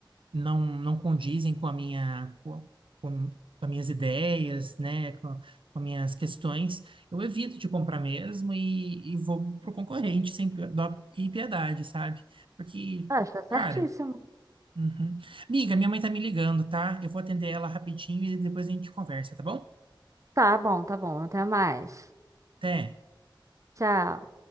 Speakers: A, on the right; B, on the right.
A: não não condizem com a minha com, com, com as minhas ideias, né, com, com as minhas questões, eu evito de comprar mesmo e, e vou pro concorrente sem pi- dó e piedade, sabe? Porque,
B: Ah, está certíssimo.
A: cara, uhum. Miga, minha mãe tá me ligando, tá? Eu vou atender ela rapidinho e depois a gente conversa, tá bom?
B: Tá bom, tá bom, até mais.
A: Até.
B: Tchau.